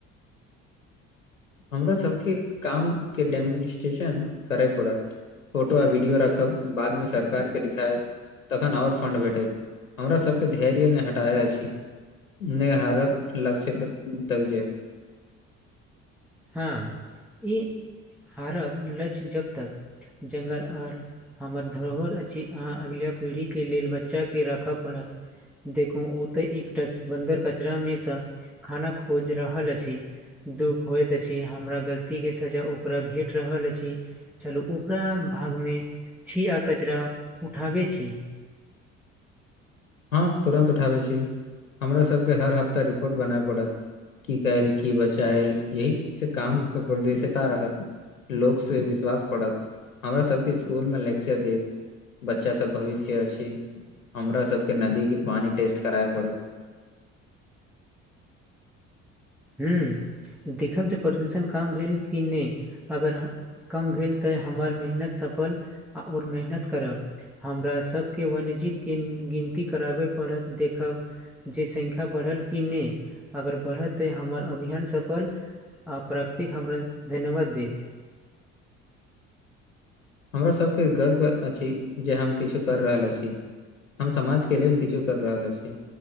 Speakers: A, on the left (about 75°); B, in the centre.
A: हमरा सबके काम के डेमनिस्ट्रेशन करै पड़त फोटो आ वीडियो राखब बादमे सरकार के दिखायब तखन और फंड भेटैत हमरा सबके धैर्य नय हटाए अछि नहि हारब लक्ष्य के तक जायब
B: हँ ई हारब लक्ष्य जब तक जंगल आओर हमर धरोहर अछि अहाँ अगिला पीढ़ीके लेल बचाके राखय पड़त देखु ओ त एकटा बन्दर कचरा मे सा खाना खोज रहल अछि दु होइत अछि हमरा गलतीके सजा ओकरा भेट रहल अछि चलू ओकरा भागमे छी आ कचरा उठाबै छी
A: हँ तुरन्त उठाबै छी हमरा सबके हर हफ्ता रिपोर्ट बना पड़त की कयल की बचायल यही से काम के परदशिता रहत लोकसँ विश्वास पड़त हमराासभके स्कुलमे लेक्चर देब बच्चा सब भविष्य अछि हमरा सबके नदी के पानी टेस्ट कराएब पड़त
B: हँ देखब जे प्रदूषण कम भेल कि नहि अगर कम भेल तऽँ हमर मेहनत सफल आ आओर मेहनत करब हमरा सभके वन्यजीव के गिनती कराबय पड़त देखब जे संख्या बढ़ल कि नय अगर बढ़त तैँ हमर अभियान सफल आ प्राकृतिक हमरा धन्यवाद देत
A: हमरा सबके गर्व अछि जे हम किछु कर रहल अछि हम समाज के लेल किछु कर रहल अछि